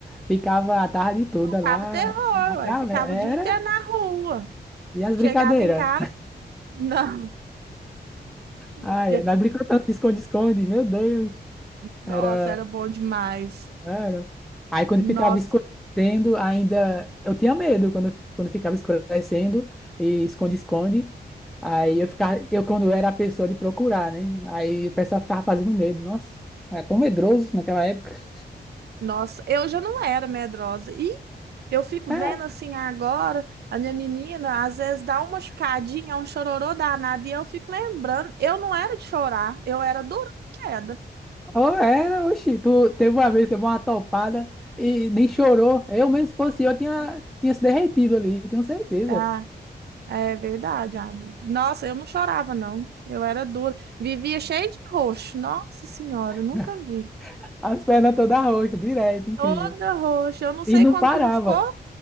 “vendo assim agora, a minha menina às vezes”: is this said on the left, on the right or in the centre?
Right